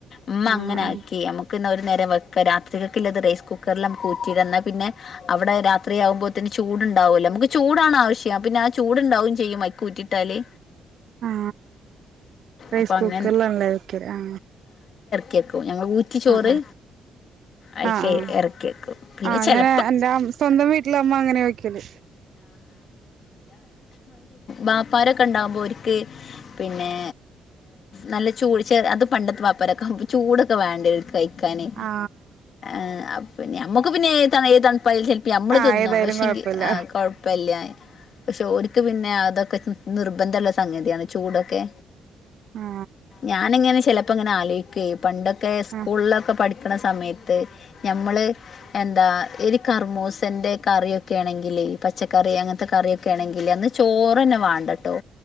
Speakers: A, on the left (about 55°); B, on the right (about 65°).
A: ഉമ്മ
B: ആ
A: അങ്ങനെ
B: ആ
A: ആക്കി നമുക്ക് ക്ക്ന്ന ഒരു നേരം വെക്ക രാത്രിക്കക്ക്ള്ളത് റൈസ് കുക്കറിൽ നമ്മുക്ക് ഊറ്റിട ഇന്നാ പിന്നെ അവിടെ രാത്രിയാകുമ്പോത്തിന് ചൂട്ണ്ടാവല്ലോ നമുക്ക് ചൂടാണ് ആവശ്യം പിന്നെ ആ ചൂടുണ്ടാവും ചെയ്യും അയ്ക്കൂറ്റിട്ടാല്
B: ആ റൈസ്
A: അപ്പോൾ
B: കുക്കറിലാണ്ലെ
A: അങ്ങനെ
B: വെക്കല് ആ
A: കേക്കുവൻ ഞങ്ങൾ ഊറ്റി ചോറ്
B: ആ ആ
A: അയിക്ക്
B: ആ ആ
A: എറക്കി വെക്കും പിന്നെ
B: ആ അങ്ങനെ
A: ചെല
B: എന്റെ സ്വന്തം വീട്ടിലമ്മ അങ്ങനെ വെയ്ക്കല്
A: വാപ്പാരൊക്കെ ഉണ്ടാകുമ്പോൾ ഓര്ക്ക് പിന്നെ നല്ല ചൂട് ചെ അത് പണ്ടത്തെ വാപ്പാരൊക്കാകുമ്പോ ചൂടൊക്കെ വേണ്ട കഴ ക്കാന്
B: ആ
A: ങ അ പിന്നെ നമ്മക്ക് പിന്നെ ഏ <unintelligible> <unintelligible> ചെൽപ്പം നമ്മള്
B: ആ
A: തിന്നും
B: ഏതായാലും
A: പക്ഷേങ്കി
B: കൊഴപ്പില്ല
A: ആ കൊഴപ്പല്ല്യാ പക്ഷെ ഓര്ക്ക് പിന്നെ അത് നിർബന്ധള്ള സംഗതിയാണ് ചൂടൊക്കെ
B: ആ
A: ഞാനിങ്ങനെ ചി ചെലപ്പോങ്ങനെ ആലോയ്ക്കേ പണ്ടൊക്കെ സ്കൂൾലൊക്കെ
B: ആ
A: പടി ക്ക്ണ സമയത്ത് ഞമ്മള് എന്താ എടി കർമൂസന്റെ കറിയൊക്കെ ആണെങ്കിലെ പച്ചക്കറി അങ്ങൻ ത്തെ കറിയൊക്കെ ആണെങ്കിലെ അന്ന് ചോറന്നെ വാണ്ടട്ടോ.